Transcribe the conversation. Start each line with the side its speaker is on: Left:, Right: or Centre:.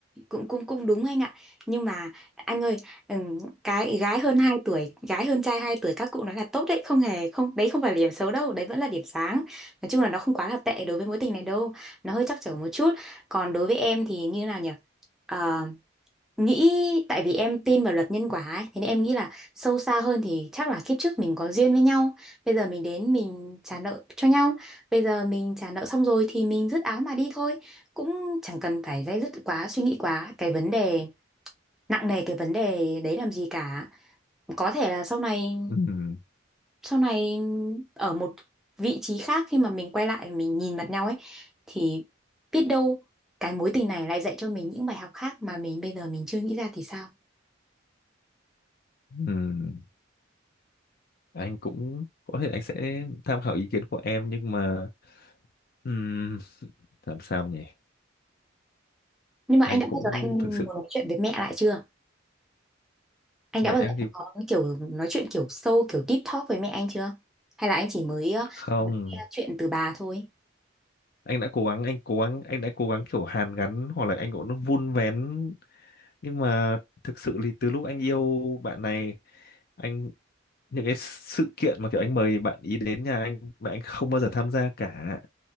Centre: cũng cũng cũng đúng anh ạ nhưng mà anh ơi ừm, cái gái hơn 2 tuổi gái hơn trai 2 tuổi các cụ nói là tốt đấy không hề không đấy không phải là điểm xấu đâu đấy vẫn là điểm sáng nói chung là nó không quá là tệ đối với mối tình này đâu nó hơi trắc trở một chút còn đối với em thì như nào nhỉ Ờ, nghĩ tại vì em tin vào luật nhân quả ấy, thế nên em nghĩ là sâu xa hơn thì chắc là kiếp trước mình có duyên với nhau bây giờ mình đến mình trả nợ cho nhau bây giờ mình trả nợ xong rồi thì mình dứt áo mà đi thôi cũng chẳng cần phải day dứt quá suy nghĩ quá cái vấn đề nặng nề cái vấn đề đấy làm gì cả có thể là sau này
Left: Ừm,
Centre: sau này ở một vị trí khác khi mà mình quay lại mình nhìn mặt nhau ấy thì biết đâu cái mối tình này lại dạy cho mình những bài học khác mà mình bây giờ mình chưa nghĩ ra thì sao
Left: ừm, anh cũng có thể anh sẽ tham khảo ý kiến của em nhưng mà ừm, làm sao nhỉ
Centre: Nhưng mà
Left: anh
Centre: anh đã
Left: cũng
Centre: bao giờ anh
Left: thực
Centre: muốn
Left: sự
Centre: nói chuyện với mẹ lại chưa? Anh
Left: mẹ
Centre: đã bao
Left: anh
Centre: giờ
Left: thì
Centre: anh có kiểu nói chuyện kiểu sâu, kiểu deep talk với mẹ anh chưa? Hay là anh chỉ mới, ờ,
Left: không
Centre: mới nghe chuyện từ bà thôi?
Left: anh đã cố gắng anh cố gắng anh đã cố gắng kiểu hàn gắn hoặc là anh cũng vun vén nhưng mà thực sự thì từ lúc anh yêu bạn này anh những cái sự kiện mà kiểu anh mời bạn ý đến nhà anh mà anh không bao giờ tham gia cả